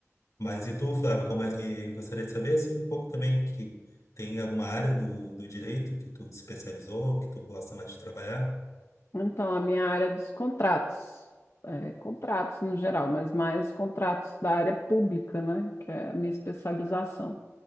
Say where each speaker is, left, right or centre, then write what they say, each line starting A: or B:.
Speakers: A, on the left (about 85°); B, on the left (about 55°).
A: Mas e tu, Flávio, como é, e gostaria de saber assim, um pouco também que tem alguma área do, do direito que tu especializou, que tu gosta mais de trabalhar?
B: Então, a minha área é dos contratos, é, contratos no geral, mas mais contratos da área pública, né, que é a minha especialização.